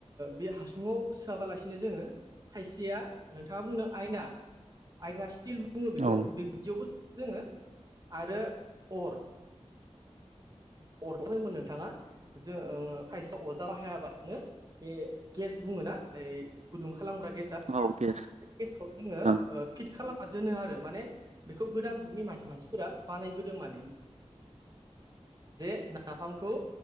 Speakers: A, on the right; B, on the right.
A: बे हासुङाव सोआबालासिनो जोङो । खायसेया नोंथाङा बुंनो आयना आयना स्टिल बुङो बेखौ
B: औ
A: बिब्दियावबो जोङो आरो अर <unintelligible> नोंथाङा जों खायसे अरदाब बाहायाबा जे गेस बुङो ना ओइ गुदुं खालामग्रा गेस <unintelligible>
B: औ गेस
A: जोङो
B: ओं
A: ओ फिट खालामना दोनो आरो माने बेखौ गोदान जुगनि माने मानसिफोरा बानायबोदों माने । जे नाफामखौ